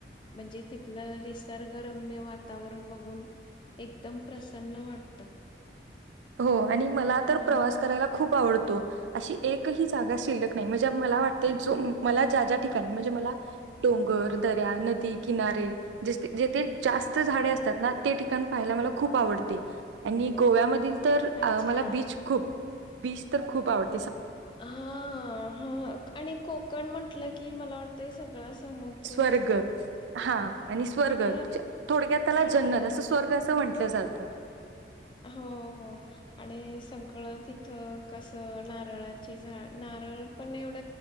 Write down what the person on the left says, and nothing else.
मजे तिथलं निसर्गरम्य वातावरण बघून एकदम प्रसन्न वाटत.
हो
ना
अच्छा
हा हा आणि कोकण म्हटलं की मला वाटतं सगळा समुद्रच
येतो.
हा
आणि
अ,
हो हो आणि सगळ तिथ कस नारळाची झाड नारळ पण एवढ